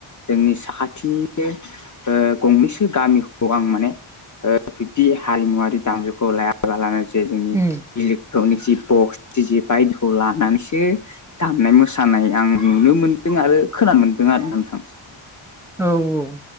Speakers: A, on the left; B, in the centre.
A: जोंनि साखाथिनिनो ओ- गंनैसो गामिखौ आं माने ओ- बिब्दि हारिमुवरारि दामजुखौ लाया ा <unintelligible> गा लानानै जे जोंनि
B: उम
A: इलेक्ट्रनिक जि बक्स ज बायदिखौ लानानैसो दामनाय मोसानाय आं नुनो मोन्दों आरो खोनानो मोनदों आरो नोंथां
B: औ- औ